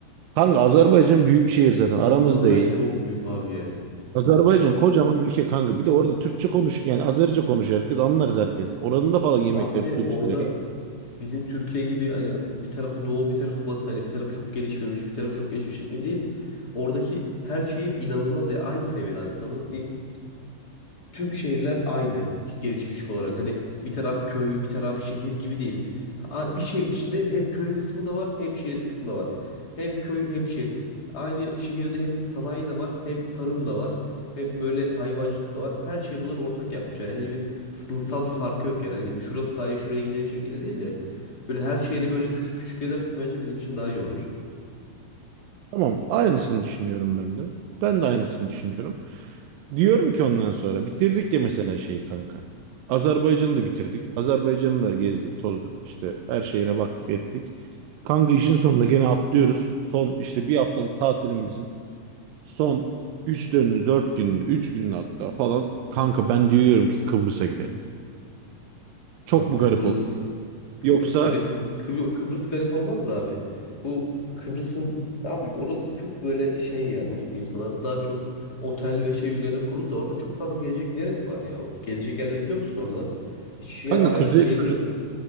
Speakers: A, on the right (about 85°); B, on the left (about 30°).
A: Kanka Azerbaycan büyük şehir zaten. Aramız
B: Azerbaycan
A: da iyi.
B: çok büyük abi ya.
A: Azerbaycan kocaman ülke kanka. Bir de orada Türkçe konuş yani Azerice konuş herkes anlarız herkes. Oranın da falan yemekleri,
B: Abi bir de
A: kültürleri.
B: orada bizim Türkiye gibi hani bir tarafı doğu bir tarafı batı hani bir tarafı çok gelişmemiş bir tarafı çok gelişmiş şekli değil. Oradaki her şehir inanılmaz ya aynı seviyede abi sana nasıl diyeyim? tüm şehirler aynı gelişmişlik olarak. Hani bir taraf köy, bir taraf şehir gibi değil. A- Bir şehrin içinde hem köy kısmı da var, hem şehir kısmı da var. Hem köy hem şehir. Aynı şehirde hem sanayi de var, hem tarım da var, hem böyle hayvancılık da var. Her şey bunları ortak yapmış. Yani hani bir sınıfsal bir farkı yok yani. Hani şurası sahil, şuraya gidelim şeklinde değil de böyle her şehri böyle küçük küçük gezersek bence bizim için daha iyi olur.
A: Tamam, aynısını düşünüyorum ben de. Ben de aynısını düşünüyorum. Diyorum ki ondan sonra bitirdik ya mesela şeyi kanka. Azerbaycan'ı da bitirdik. Azerbaycan'ı da gezdik, tozduk işte her şeyine baktık, ettik. Kanka işin sonunda gene atlıyoruz. Son işte bir haftalık tatilimizin son 3 dönünü, 4 gününü, 3 gününü hatta falan. Kanka ben diyorum ki Kıbrıs'a gidelim. Çok
B: Abi
A: mu
B: Kıbrıs
A: garip
B: Kıbrıs
A: Yoksa
B: garip Kıb yok Kıbrıs garip olmaz da abi. Bu Kıbrıs'ın abi orası çok böyle şey ya nasıl diyeyim sana daha çok otel ve şey üzerine kuruldu da orada çok fazla gezecek neresi var ya? Gezecek yerleri biliyor musun orada? Hiç şey
A: kanka
B: araç
A: kuzey,
B: şeyin
A: kuzey-
B: yok.